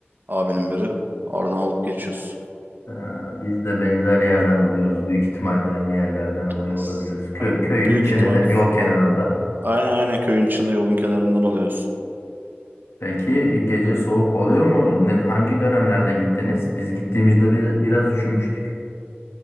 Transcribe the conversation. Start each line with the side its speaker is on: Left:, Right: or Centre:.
Right: Abinin biri. Oradan alıp geçiyoruz.
Left: Ha, biz de benzer yerden alıyoruz. Büyük ihtimalle aynı yerlerden alıyor
Right: As-
Left: olabiliriz. Kö- köyün
Right: Büyük
Left: içinde
Right: ihtimal.
Left: de yol kenarında.
Right: Aynen aynen köyün içinde yolun kenarından alıyoruz.
Left: Peki gece soğuk oluyor mu? Ne, hangi dönemlerde gittiniz? Biz gittiğimizde bir, biraz üşümüştük.